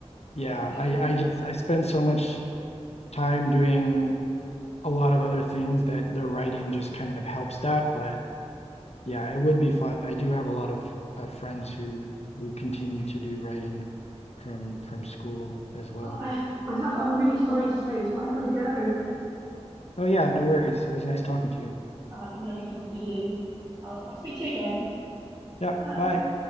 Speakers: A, on the left (about 65°); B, on the right (about 40°).
A: yeah,
B: <laughs>
A: I I just I spend so much time doing a lot of other things that the writing just kind of helps that. But yeah, it would be fun. I do have a lot of uh, friends who who continue to do writing from from school as well.
B: Oh, I, I have, I'm really sorry to say this, but I've got to go.
A: Oh yeah, no worries. It was nice talking to you.
B: Oh, it's lovely talking to you. I'll, I'll speak to you again.
A: Yeah,
B: Bye.
A: bye.